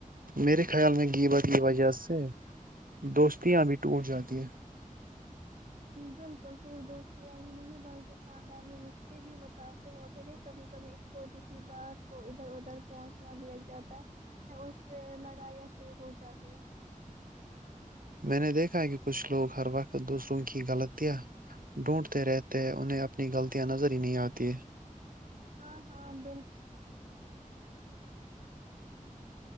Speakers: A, on the right (about 80°); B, on the right (about 60°).
A: میرے خیال میں گیبا کی وجہ سے دوستیاں ا بھی ٹوٹ جاتی ہے
B: بالکل صرف دوستیاں ہی نہیں بلکہ خاندانی رشتے بھی متاثر ہوتے تھے کبھی کبھی ایک چھوٹی سی بات کو ادھر ادھر پہنچنا دیا جاتا ہے اور پھر لڑائیاں شروع ہو جاتی ہے
A: میں نے دیکھا کہ کچھ لوگ ہر وقت دوسروں کی غلطیاں ڈھونڈتے رہتے ہیں انہیں اپنی غلطیاں نظر ہی نہیں آتییں
B: ہاں ہاں بالکل